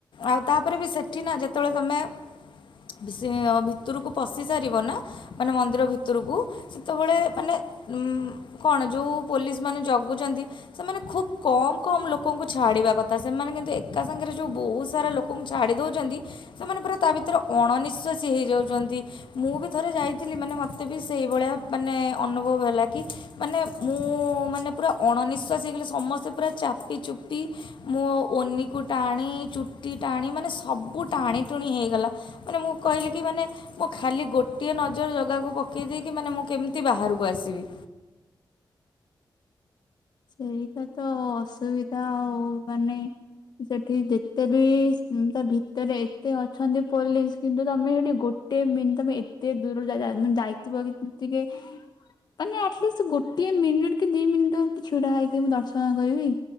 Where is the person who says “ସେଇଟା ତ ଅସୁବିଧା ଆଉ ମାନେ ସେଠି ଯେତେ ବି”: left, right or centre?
Left